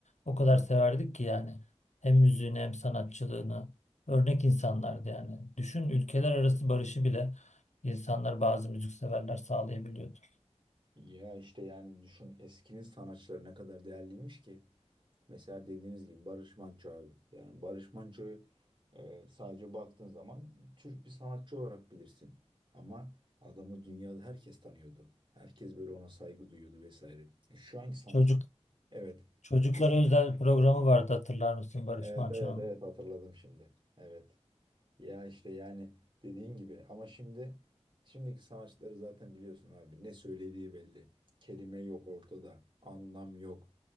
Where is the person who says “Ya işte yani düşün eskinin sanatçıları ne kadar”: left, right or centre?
Right